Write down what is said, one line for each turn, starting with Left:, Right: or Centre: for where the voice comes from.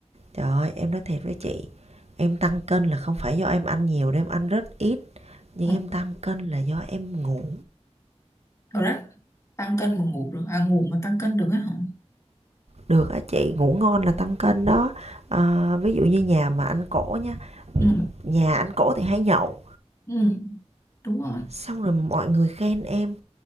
Right: trời ơi em nói thiệt với chị em tăng cân là không phải do em ăn nhiều đâu em ăn rất ít nhưng
Left: Ừ,
Right: em tăng cân là do em ngủ
Left: rồi đấy, tăng cân mà ngủ được, à ngủ mà tăng cân được á hả?
Right: được á chị ngủ ngon là tăng cân đó à, ví dụ như nhà mà anh cỗ nha
Left: Ừ,
Right: nhà anh cỗ thì hay nhậu
Left: ừ, đúng rồi.
Right: xong rồi mọi người khen em